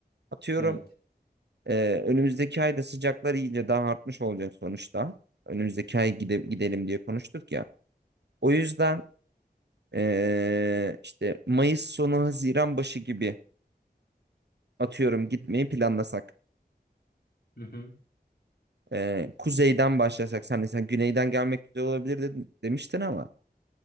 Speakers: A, on the right; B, on the left.
A: Atıyorum
B: Evet.
A: Ee, önümüzdeki ayda sıcaklar iyice daha artmış olacak sonuçta. Önümüzdeki ay gide- gidelim diye konuştuk ya. O yüzden ee, işte Mayıs sonu Haziran başı gibi atıyorum gitmeyi planlasak.
B: Hı hı.
A: Ee, kuzeyden başlasak. Sen de sen güneyden gelmek güzel olabilir dedin, demiştin ama